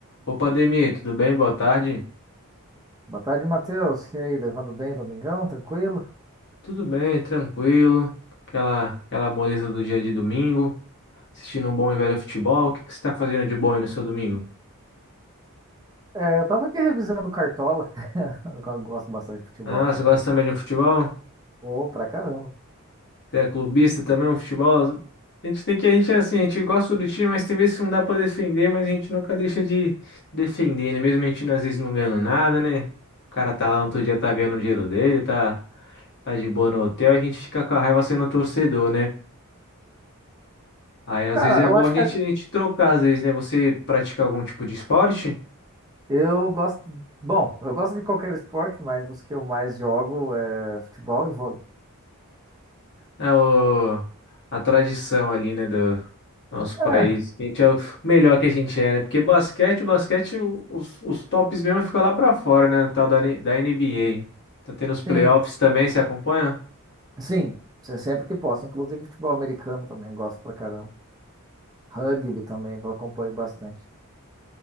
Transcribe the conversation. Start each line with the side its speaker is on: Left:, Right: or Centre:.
Left: Opa, Ademir, tudo bem? Boa tarde.
Right: Boa tarde, Matheus. E aí, levando bem, o Domingão? Tranquilo?
Left: Tudo bem, tranquilo. Aquela, aquela moleza do dia de domingo. Assistindo um bom e velho futebol. O que que você está fazendo de bom aí no seu domingo?
Right: É, eu tava aqui revisando Cartola. <laughs> Eu gosto bastante de futebol
Left: Ah,
Right: também.
Left: você gosta também de um futebol?
Right: Ô, pra caramba.
Left: Você é clubista também, um futebol? A gente tem que, a gente é assim, a gente gosta do time, mas tem vezes que não dá pra defender, mas a gente nunca deixa de defender, né? Mesmo a gente às vezes não ganhando nada, né? O cara tá lá, no outro dia tá ganhando o dinheiro dele, tá, tá de boa no hotel, a gente fica com a raiva sendo torcedor, né? Aí às
Right: Cara,
Left: vezes é
Right: eu
Left: bom
Right: acho
Left: a gente,
Right: que
Left: a gente trocar, às vezes, né? Você pratica algum tipo de esporte?
Right: eu gosto. Bom, eu gosto de qualquer esporte, mas os que eu mais jogo é futebol e vôlei.
Left: É o, a tradição ali, né, do nosso país.
Right: É,
Left: A gente é o melhor que a gente é, né? Porque basquete, o basquete, o- os, os tops mesmo ficam lá pra fora, né? No Tal da, N- da NBA. Tá tendo os playoffs
Right: sim,
Left: também, você acompanha?
Right: sim. se- Sempre que posso. Inclusive futebol americano também eu gosto pra caramba. Rugby também eu acompanho bastante.